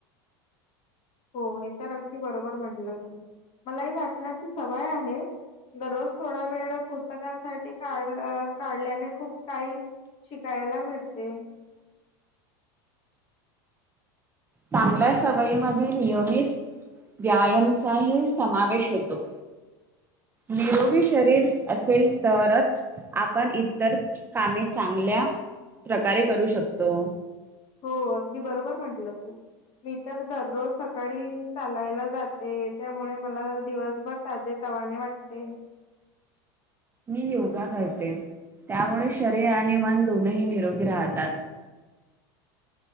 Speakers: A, on the left; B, on the right.
A: <inaudible> हो हे तर अगदी बरोबर म्हंटलं तू. मला हि वाचनाची सवय आहे. दररोज थोडा वेळ पुस्तकांसाठी काढ काढल्याने खूप काही शिकायला मिळते.
B: चांगल्या सवयीमध्ये नियमित व्यायामचाही समावेश होतो.
A: <inaudible>
B: निरोगी शरीर असेल तरच आपण इतर कामे चांगल्या प्रकारे करू शकतो.
A: हो अगदी बरोबर म्हंटलं तू. मी तर दररोज सकाळी चालायला जाते. त्यामुळे मला दिवसभर ताजेत वाने वाटते.
B: मी योगा करते त्यामुळे शरीर आणि मन दोनही निरोगी राहतात.
A: <inaudible>